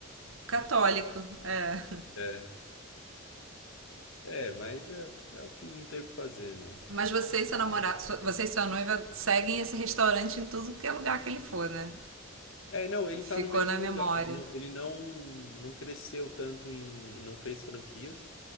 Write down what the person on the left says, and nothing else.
É, é, mas é, é o que não tem o que fazer, né?
É,
É, não, ele tá
no mesmo
lugar. Ele não, ele não, não cresceu tanto em, não fez franquias,